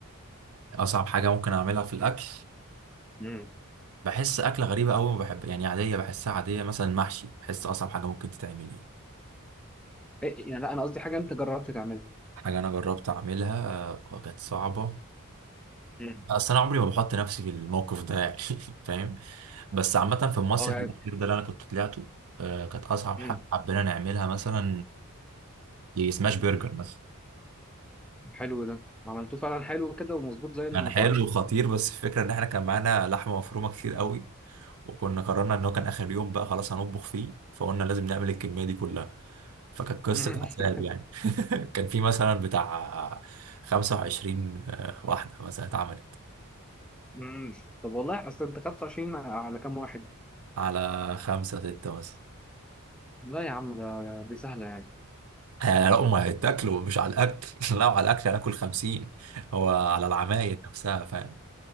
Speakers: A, on the right; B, in the centre.
A: اصعب حاجه ممكن اعملها في الاكل
B: مم.
A: بحس اكله غريبه قوي ما بحب يعني عاديه بحسها عاديه مثلا المحشي بحس اصعب حاجه ممكن تتعمل يعني
B: إيه يعني لا أنا قصدي حاجة أنت جربت تعملها
A: حاجه انا جربت اعملها آه، كانت صعبه
B: مم.
A: اصل انا عمري ما بحط نفسي في الموقف ده يعني <laughs> فاهم بس عامه في المصيف
B: اه
A: الاخير ده اللي انا كنت طلعته آه كانت اصعب
B: مم.
A: حاجه حبينا نعملها مثلا آه، سماش برجر مثلا
B: حلو ده عملتوه فعلا حلو كده ومظبوط زي المطاعم
A: كان حلو وخطير بس الفكرة ان احنا كان معانا لحمة مفرومة كتير قوي وكنا قررنا ان هو كان اخر يوم بقى خلاص هنطبخ فيه فقلنا لازم نعمل الكمية دي كلها فكانت قصة
B: <laughs>
A: عذاب يعني <laughs> كان في مثلا بتاع 25 واحدة مثلا اتعملت
B: مم. طب والله اصل انت 25 على كام واحد
A: على خمسة ستة مثلا
B: لا يا عم ده دي سهلة يعني
A: يعني لا هم هيتاكلوا مش على الاكل <laughs> لا على الاكل هناكل 50 هو على العمايل نفسها فاهم